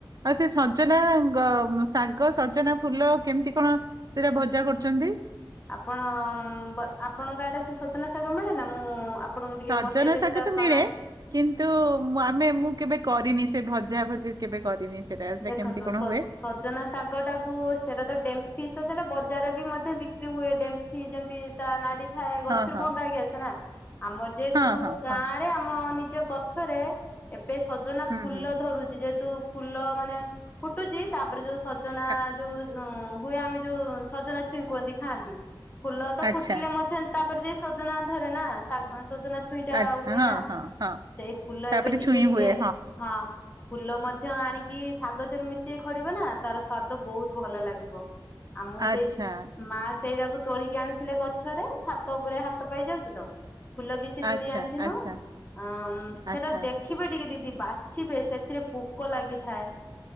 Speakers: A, on the right; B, on the left.
A: ଆଉ ସେ ସଜନା ଗ ଶାଗ ସଜନା ଫୁଲ କେମିତି କଣ। ସେଇଟା ଭଜା କରୁଛନ୍ତି।
B: ଆପଣ ମ୍ବ ଆପଣଙ୍କ ଆଡେ ସେ ସଜନା ଶାଗ ମିଳେ ନା ମୁଁ ଆପ ଆପଣଙ୍କୁ ଟିକେ
A: ସଜନା
B: ବତେଇଦେବି
A: ଶାଗ
B: ତା
A: ତ
B: ପ୍ରଣାଳି।
A: ମିଳେ କିନ୍ତୁ ଆମେ ମୁଁ କେବେ କରିନି ସେ ଭଜା ଭଜି କେବେ କରିନି। ସେଟା ସେଇଟା
B: ଦେଖନ୍ତୁ
A: କେମତି କଣ
B: ସ
A: ହୁଏ।
B: ସଜନା ଶାଗଟାକୁ ସେଇଟା ତ ଡେମ୍ଫି ସହ ସେଇଟା ବଜାରରେ ବି ମଧ୍ୟ ବିକ୍ରି ହୁଏ ଡେମ୍ଫି ଯେମିତି। ତା ନାଡି ଥାଏ ଗଛରୁ
A: ହଁ ହଁ
B: ଭଙ୍ଗା ହେଇକି ଆସେ ନା ଆମର ଯେହେତୁ
A: ହଁ ହଁ
B: ଗାଁ।
A: ହଁ
B: ରେ ଆମ ନିଜ ଗଛରେ ଏବେ ସଜନା
A: ହୁଁ
B: ଫୁଲ
A: ହୁଁ
B: ଧରୁଛି ଯେହେତୁ। ଫୁଲ ମାନେ ଫୁଟୁଛି ତାପରେ ଯୋଉ ସଜନା
A: ଆ-
B: ଯୋଉ। ଉଁ ହୁଏ ଆମେ ଯୋଉ ସଜନା ଛୁଇଁ କୁହନ୍ତି ଖାଆନ୍ତି ଫୁଲ ତ
A: ଆଚ୍ଛା
B: ଫୁଟିଲେ ମଧ୍ୟ ତାପରେ ଯାଇ ସ ସଜନା ଧରେ ନା ସାଗ ସଜନା ଛୁ ଛୁଇଁଟା
A: ଆଚ୍ଛା
B: ହୁଏ
A: ହଁ
B: ନା
A: ହଁ ହଁ
B: ସେଇ ଫୁଲ
A: ତାପରେ
B: ଏବେ ଟିକେ
A: ଛୁଇଁ
B: ଟିକେ
A: ହୁଏ
B: ହଁ। ଫୁଲ ମଧ୍ୟ ଆଣିକି ଶାଗ ଧିଏରେ ମିଶେଇ ଖଡିବେ ନା ତାର ସ୍ଵାଦ ବହୁତ ଭଲ ଲାଗିବ। ଆଉ ମୁଁ
A: ଆଚ୍ଛା
B: ସେଇ ମା ସେଇରା କୁ ତୋଳିକି ଆଣିଥିଲେ ଗଛରେ ଛାତ ଉପରେ ହାତ ପାଇ ଯାଉଛି ତ। ଫୁଲ କିଛି ତୁଳି
A: ଆଚ୍ଛା
B: ଆଣିଥିନୁ
A: ଆଚ୍ଛା
B: ଆଁ
A: ଆଚ୍ଛା
B: ସେଟା ଦେଖ। ଦେଖିବେ ଟିକେ ଦିଦି ବାଛିବେ ସେଥିରେ ପୋକ ଲାଗିଥାଏ।